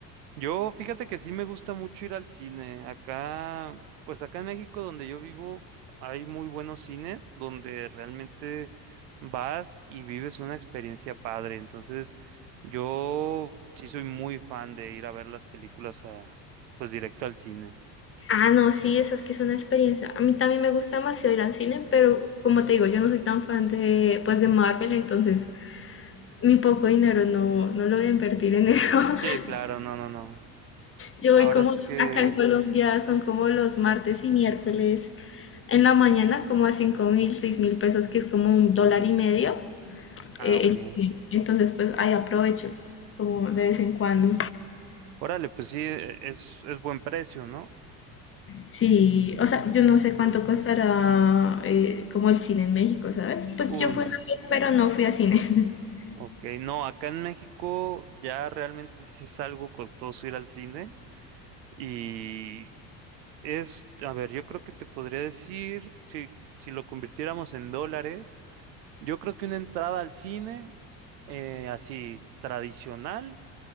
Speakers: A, on the right (about 75°); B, on the left (about 25°).
A: Yo, fíjate que sí me gusta mucho ir al cine. Acá, pues acá en México donde yo vivo, hay muy buenos cines donde realmente vas y vives una experiencia padre. Entonces, yo sí soy muy fan de ir a ver las películas a, pues directo al cine.
B: Ah, no, sí, eso es que es una experiencia. A mí también me gusta demasiado ir al cine, pero como te digo, yo no soy tan fan de, pues, de Marvel, entonces mi poco dinero no, no lo voy a invertir en eso. <laughs>
A: Sí, claro, no, no, no.
B: Yo
A: Ahora
B: voy como,
A: sí que,
B: acá en Colombia son como los martes y miércoles en la mañana, como a cinco mil, seis mil pesos, que es como un dólar y medio.
A: ah,
B: eh,
A: ok.
B: el cine. entonces, pues ahí aprovecho, como de vez en cuando.
A: Órale, pues sí, e- es, es buen precio, ¿no?
B: Sí, o sea, yo no sé cuánto costará eh, como el cine en México, ¿sabes? Pues
A: Uno.
B: yo fui una vez, pero no fui a cine. <laughs>
A: Ok, no, acá en México ya realmente sí es algo costoso ir al cine. Y es, a ver, yo creo que te podría decir, si, si lo convirtiéramos en dólares, yo creo que una entrada al cine eh, así tradicional,